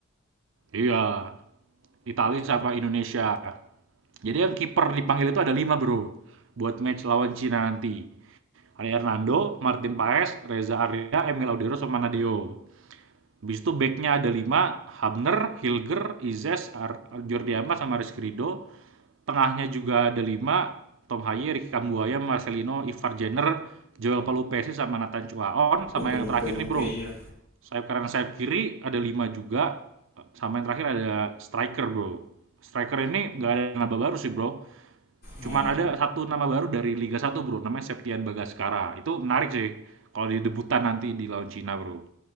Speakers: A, on the right (about 60°); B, on the left (about 50°).
A: iya Italia sama Indonesia jadi yang kiper dipanggil itu ada lima bro buat match lawan Cina nanti ada Hernando Martin Paes Reza Arya Emil Audero sama Nadeo Habis itu backnya ada lima Hamner, Hilger, Izes, Jordi Amat sama Rizky Ridho. Tengahnya juga ada lima Tom Haye, Ricky Kambuaya, Marcelino, Ivar Jenner, Joel Palupesi sama Nathan Chuaon.
B: Lupe
A: Sama yang
B: lupe
A: terakhir
B: lupe
A: nih bro,
B: iya.
A: sayap kanan sayap kiri ada 5 juga. Sama yang terakhir ada striker bro. Striker ini nggak ada nama baru sih bro. Cuman
B: Oh.
A: ada satu nama baru dari Liga Satu bro, namanya Septian Bagaskara. Itu menarik sih kalau dia debutan nanti di lawan Cina bro.